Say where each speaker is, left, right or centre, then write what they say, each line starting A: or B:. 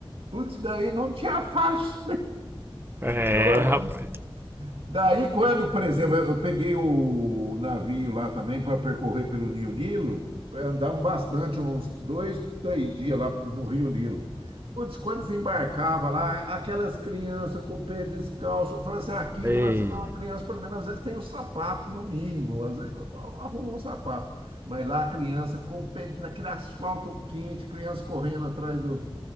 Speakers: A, on the right; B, on the right.
A: Putz, daí não tinha faixa,
B: É,
A: <laughs> eu acho.
B: rapaz.
A: Daí, quando, por exemplo, eu peguei o navio lá também para percorrer pelo Rio Nilo, andamos bastante, uns dois, três dias lá no Rio Nilo. Putz, quando desembarcava lá, aquelas crianças com o pé descalço, eu falei assim, aqui,
B: Ei,
A: eu falei assim, não, a criança pelo menos às vezes tem um sapato, no mínimo, às vezes arrumou um sapato. Mas lá a criança com o pé naquele asfalto quente, criança correndo atrás do,